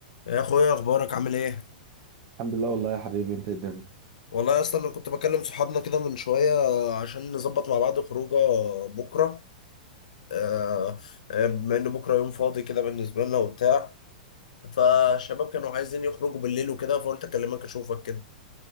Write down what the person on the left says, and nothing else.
يا اخويا اخبارك عامل ايه
والله يا اسطى انا كنت بكلم صحابنا كده من شويه عشان نظبط مع بعض خروجه بكره آه، آه، بما ان بكره يوم فاضي كده بالنسبه لنا وبتاع فالشباب كانوا عايزين يخرجوا بالليل وكده فقلت اكلمك اشوفك كده